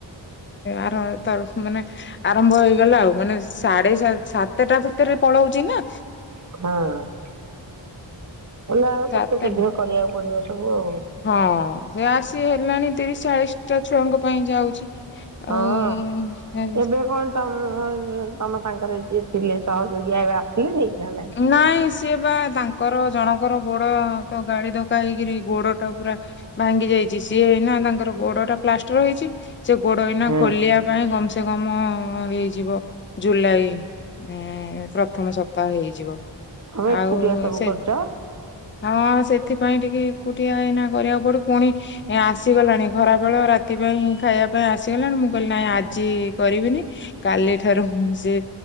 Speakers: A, on the left; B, on the right.
A: ଆର ତ ମାନେ ଆରମ୍ଭ ହେଇଗଲା ଆଉ ମାନେ ସାଢେ ସା ସାତ ଟା ଭିତରେ ପଳଉଛି ନା।
B: ହଁ ହେଲେ ଆଉ
A: ସାତଟା
B: କେତେ ଶୀଘ୍ର କରିବାକୁ ପଡିବ ସବୁ ଆଉ।
A: ହଁ ସେ ଆସି ହେଲାଣି ତିରିଶ ଚାଳିଶ ଟା ଛୁଆଙ୍କ ପାଇଁ ଯାଉଛି।
B: ହଁ
A: ଆଉ
B: ଏବେ କଣ ତମ ତମ ସାଙ୍ଗରେ ଯିଏ ଥିଲେ ସହଯୋଗୀ ଆଉ ଆସିଲେନି ନା ନାଇଁ?
A: ନାଇଁ ସିଏ ବା ତାଙ୍କର ଜଣଙ୍କର ଗୋଡ ତ ଗାଡି ଧକା ହେଇକିରି ଗୋଡ ଟା ପୁରା ଭାଙ୍ଗି ଯାଇଚି ସିଏ ହେଇନା ତାଙ୍କର ଗୋଡ ଟା ପ୍ଲାଷ୍ଟର ହେଇଚି। ସେ ଗୋଡ ଏଇନା
B: ହଁ
A: ଖୋଲିବା ପାଇଁ କମ୍ ସେ କମ ହେଇଯିବ ଜୁଲାଇ। ଉଁ ପ୍ରଥମ ସପ୍ତାହ ହେଇଯିବ।
B: ହଁ ଏକୁଟିଆ
A: ଆଉ
B: ସବୁ
A: ସେ
B: କରୁଚ।
A: ହଁ ସେଥିପାଇଁ ଟିକେ ଏକୁଟିଆ ଏଇନା କରିବାକୁ ପଡୁଚି ପୁଣି- ଆସିଗଲାଣି ଖରାବେଳ ରାତି ପାଇଁ ଖାଇବା ପାଇଁ ଆସିଗଲାଣି ମୁଁ କହିଲି ନାଇ ଆଜି କରିବିନି କାଲି ଠାରୁ ସେ